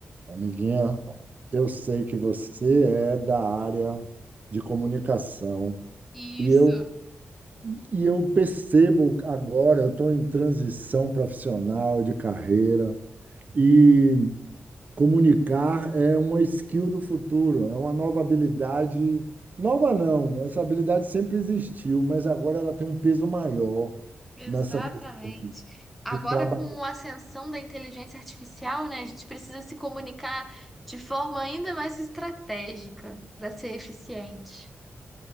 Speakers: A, on the right (about 40°); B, in the centre.
A: Amiguinha, eu sei que você é da área de comunicação
B: Isso,
A: e eu, e eu percebo agora, eu estou em transição profissional de carreira e comunicar é uma skill do futuro, é uma nova habilidade. Nova não, essa habilidade sempre existiu, mas agora ela tem um peso maior
B: exatamente.
A: nessa questão
B: Agora,
A: de trabalhar
B: com a ascensão da inteligência artificial, né, a gente precisa se comunicar de forma ainda mais estratégica para ser eficiente.